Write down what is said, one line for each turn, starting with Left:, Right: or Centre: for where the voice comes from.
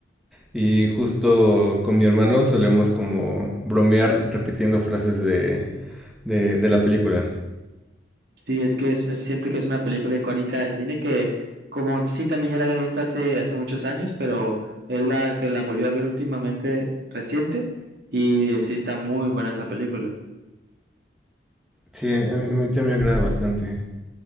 Centre: Y justo con mi hermano solemos como bromear repitiendo frases de, de, de la película.
Right: Sí, es que es- es- siento que es una película icónica del cine que, como sí, también ya la había visto hace, hace muchos años, pero es la que la volví a ver últimamente reciente y sí está muy buena esa película.
Centre: Sí, a mí, a mí también me agrada bastante.